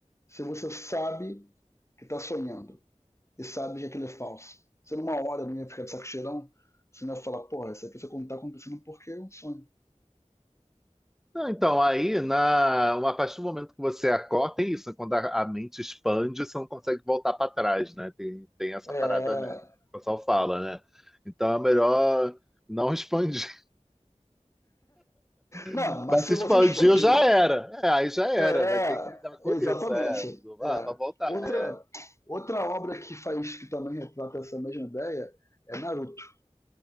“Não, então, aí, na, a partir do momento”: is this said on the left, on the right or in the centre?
Centre